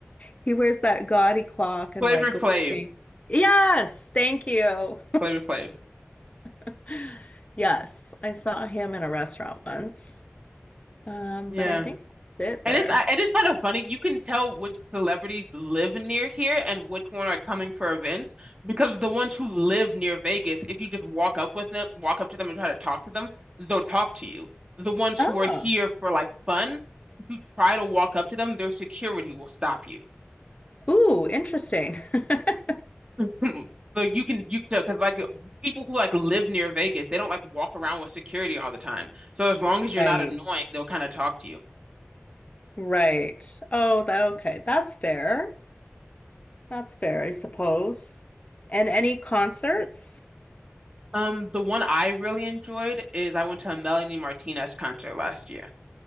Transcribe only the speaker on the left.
He wears that gaudy clock and
like gold
chain. Yes, thank you.
<laughs> Yes, I saw him in a restaurant once. Um,
but I think that's it
there.
Oh,
ooh, interesting. <laughs>
Right,
right. Oh, tha- okay, that's fair. That's fair, I suppose. And any concerts?